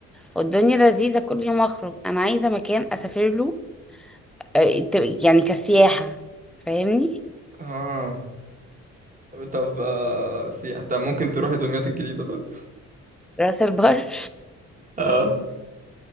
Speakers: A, in the centre; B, on the right.
A: والدنيا لذيذه كل يوم اخرج انا عايزه مكان اسافر له آه، انت- يعني كسياحة فاهمني
B: اه طب آه، سياحة طب ممكن تروحي دمياط الجديدة طب؟
A: راس البر <laughs>
B: اه